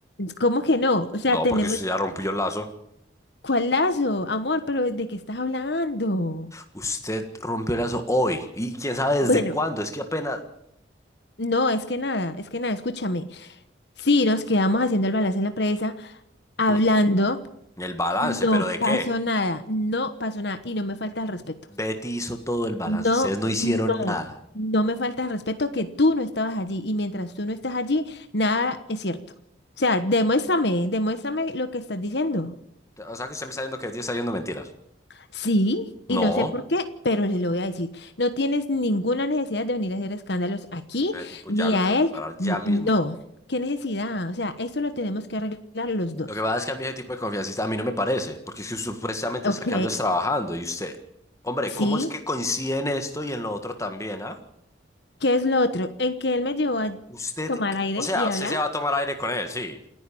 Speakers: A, on the left; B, on the left.
A: ¿cómo que no? O sea,
B: No,
A: tenemos
B: porque usted ya rompió el lazo.
A: ¿Cuál lazo? Amor, pero ¿de qué estás hablando?
B: Usted rompió el lazo hoy. ¿Y quién sabe
A: Bueno,
B: desde cuándo? Es que apenas...
A: no, es que nada, es que nada, escúchame. Sí, nos quedamos haciendo el balance en la presa, hablando,
B: Mm, El balance,
A: no
B: ¿pero de qué?
A: pasó nada, no pasó nada, y no me falta el respeto.
B: Betty hizo todo el balance.
A: No,
B: Ustedes no hicieron
A: no,
B: nada.
A: no me falta el respeto que tú no estabas allí, y mientras tú no estás allí, nada es cierto. O sea, demuéstrame, demuéstrame lo que estás diciendo.
B: O sea que usted me está diciendo que Betty está diciendo mentiras.
A: Sí, y
B: No.
A: no sé por qué, pero le lo voy a decir. No tienes ninguna necesidad de venir a hacer escándalos aquí,
B: Es que yo ese tipo
A: ni
B: ya lo
A: a
B: tengo que
A: él,
B: parar ya
A: ni...
B: mismo.
A: No, ¿qué necesidad? O sea, esto lo tenemos que arreglar los dos.
B: Lo que pasa es que a mí ese tipo de confianza a mí no me parece, porque es que usted supuestamente
A: Ok,
B: está quedando es trabajando y usted, hombre,
A: sí.
B: ¿cómo es que coincide en esto y en lo otro también, ah?
A: ¿Qué es lo otro? En que él me llevó a
B: Usted,
A: tomar aire
B: o sea,
A: y hablar.
B: usted se va a tomar aire con él, sí,